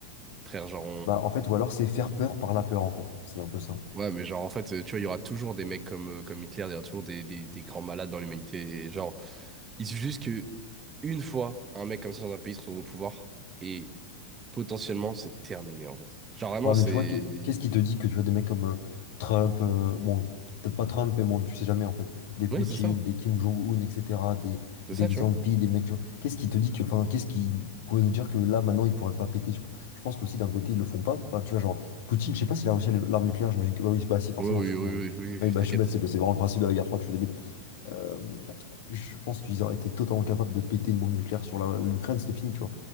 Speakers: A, on the right; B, on the left.
A: Frère, genre
B: Bah, en fait, ou alors c'est faire peur par la peur, en fait. C'est un peu ça.
A: Ouais, mais genre, en fait, euh, tu vois, il y aura toujours des mecs comme, euh, comme Hitler, il y aura toujours des, des, des grands malades dans l'humanité. Et Genre, il suffit juste que une fois, un mec comme ça dans un pays se retrouve au pouvoir, et potentiellement, c'est terminé, en fait. Genre, vraiment,
B: Ouais, mais
A: c'est...
B: tu vois, qu'est- qu'est-ce qui te dit que tu vois des mecs comme euh, Trump, euh, bon, peut-être pas Trump, mais bon, tu sais jamais, en fait, des Poutine,
A: Oui, c'est ça.
B: des Kim Jong-un, etc., des,
A: C'est
B: des
A: ça, tu
B: Xi Jinping,
A: vois.
B: des mecs, tu vois. Qu'est-ce qui te dit que, enfin, qu'est-ce qui pourrait nous dire que là, maintenant, ils pourraient pas péter? Je, je pense qu'aussi, d'un côté, ils le font pas. Enfin, tu vois, genre, Poutine, je sais pas s'il a réussi à l'arme nucléaire, j'imagine que, bah oui, bah si, forcément,
A: Oui, oui,
B: je suis
A: oui,
B: con. ouais.
A: oui, oui, oui,
B: Oui, bah
A: t'inquiète.
B: je suis bête, c'est le- c'est vraiment le principe de la guerre froide, je suis débile. Euh, je pense qu'ils auraient été totalement capables de péter une bombe nucléaire sur la- l'Ukraine, c'était fini, tu vois.